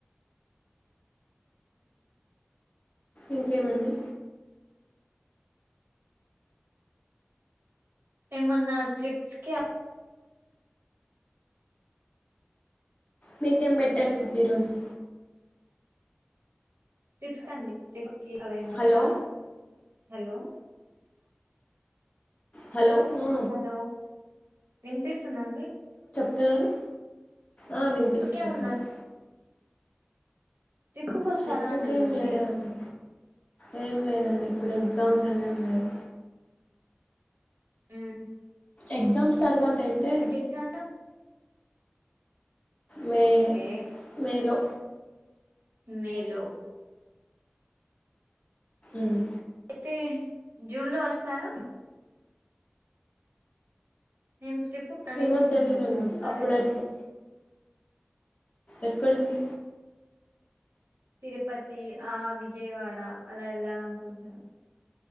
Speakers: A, on the left; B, on the right.
A: ఇంకేమండి
B: ఏమన్న ట్రిప్స్ కి <unintelligible>
A: మీకేం పెట్టారు ఫుడ్ ఈరోజు
B: ట్రిప్స్క్ అండి ట్రిప్ కి ఎవరైనా వస్తారా
A: హలో
B: హలో
A: హలో ఆ
B: హలో వినిపిస్తుంద అండి
A: ఎవరు ఆ వినిపిస్తు
B: కి
A: చెప్పండి
B: ఏమన్నా ట్రిప్పుకొస్తారా
A: ట్రిప్పుకి
B: అంటున్నాండి
A: ఏం లేదండి ఏం లేదండి ఇప్పుడు ఎగ్జామ్స్ అన్నీ ఉన్నాయి
B: హ్మ్
A: ఎగ్జామ్స్ తర్వాత అయితే
B: ఎగ్జామ్స్
A: మే
B: ఓకే
A: మేలో
B: మేలో
A: ఉమ్
B: అయితే జూన్ లో వస్తారా ఎం టిప్ కనేసుకుంటున్నాము
A: ఏమో తెలీదండి
B: వస్తారేమన్నా
A: అప్పుడు అట్లా ఎక్కడికి
B: తిరుపతి ఆ విజయవాడ అలా వెళ్ళాలనుకుంటున్నాను